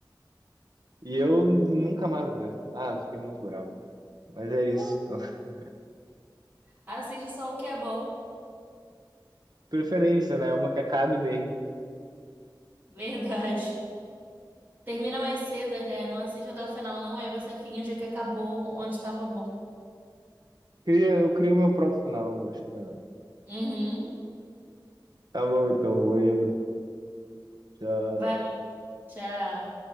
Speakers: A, on the right; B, on the right.
A: E eu nunca mais vou ver. Ah, eu fiquei muito bravo. Mas é isso.
B: Pô,
A: Então, <laughs>
B: Assiste só o que é bom.
A: preferência, né? Uma que acabe bem.
B: Verdade. Termina mais cedo, é, não assiste até o final, não. Aí você finge que acabou onde estava bom.
A: Cria, eu crio meu próprio final, acho que é melhor.
B: Uhum.
A: Tá bom, então, vou indo. Tchau.
B: Vai lá, tchau.